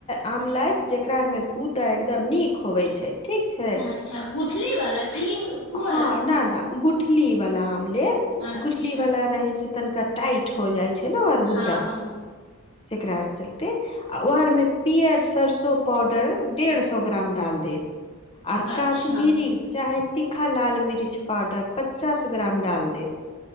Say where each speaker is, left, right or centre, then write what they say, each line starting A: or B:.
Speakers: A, on the left (about 25°); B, on the left (about 70°).
A: आम लाय जेकरा आर मे गूदा एकदम नीक होवे छै ठीक छै <inaudible>
B: अच्छा गुठली वाला की उ वाला
A: हँ न न गुठली वाला आम लेब
B: अच्छा
A: गुठली वाला रहै छै तनिका टाइट हो जाइ छै ने ओ आर गुद्दा
B: हँ हँ
A: <inaudible> सेकरा आर चलते आ ओर मे पियर सरसो पाउडर डेढ़ सौ ग्राम डाल देब और
B: अच्छा
A: कश्मीरी चाहे तीखा लाल मिर्च पावउडर पचास ग्राम डाल देब